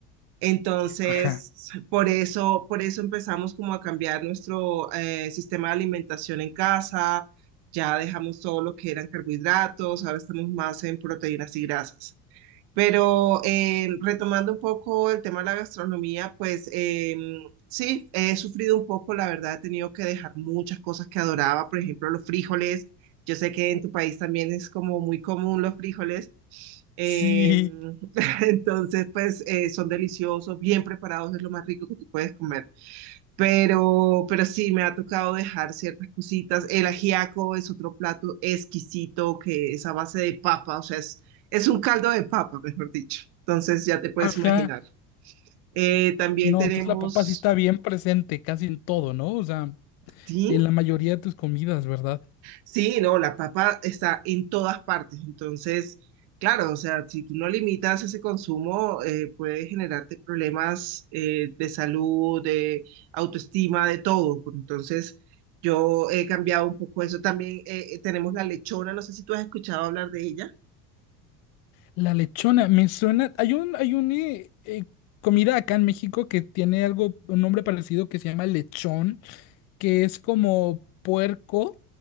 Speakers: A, on the right (about 55°); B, on the left (about 50°).
A: Entonces,
B: ajá.
A: por eso, por eso empezamos como a cambiar nuestro eh, sistema de alimentación en casa. Ya dejamos todo lo que eran carbohidratos, ahora estamos más en proteínas y grasas. Pero eh, retomando un poco el tema de la gastronomía, pues eh, sí, he sufrido un poco, la verdad, he tenido que dejar muchas cosas que adoraba, por ejemplo, los frijoles. Yo sé que en tu país también es como muy común los frijoles. Eh,
B: Sí,
A: <laughs> entonces, pues eh, son deliciosos, bien preparados, es lo más rico que tú puedes comer. Pero, pero sí, me ha tocado dejar ciertas cositas. El ajiaco es otro plato exquisito que es a base de papa, o sea, es, es un caldo de papa, mejor dicho. Entonces ya te puedes
B: ajá.
A: imaginar. Eh, también
B: No,
A: tenemos,
B: entonces la papa sí está bien presente casi en todo, ¿no? O sea,
A: ¿sí?
B: en la mayoría de tus comidas, ¿verdad?
A: Sí, no, la papa está en todas partes. Entonces, claro, o sea, si tú no limitas ese consumo, eh, puede generarte problemas eh, de salud, de autoestima, de todo. Entonces, yo he cambiado un poco eso. También eh, tenemos la lechona, no sé si tú has escuchado hablar de ella.
B: La lechona, me suena. Hay un, hay un eh, eh, comida acá en México que tiene algo, un nombre parecido que se llama lechón, que es como puerco